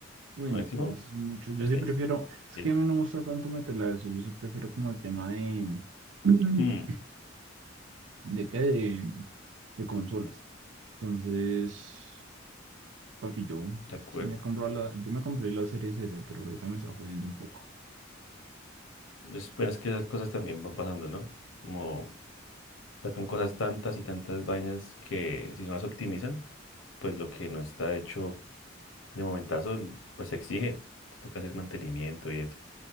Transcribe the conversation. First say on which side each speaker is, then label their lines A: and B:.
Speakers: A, on the right; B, on the left.
A: Bueno,
B: máximo
A: pero eso es mucho. Yo
B: de seis,
A: sí prefiero, es
B: diez.
A: que a mí no me gusta tanto meterla a eso. Yo sí prefiero como el tema de, <clears throat>
B: Mm,
A: ¿de qué? De, de consolas. Entonces, papi, yo
B: de acuerdo.
A: sí me compro la, yo me compré la Series S, pero ahorita me está jodiendo un poco.
B: Es, pues, es que esas cosas también van pasando, ¿no? Como sacan cosas tantas y tantas vainas que si no las optimizan, pues lo que no está hecho De momentazo, l- pues se exige, te toca hacer mantenimiento y eso.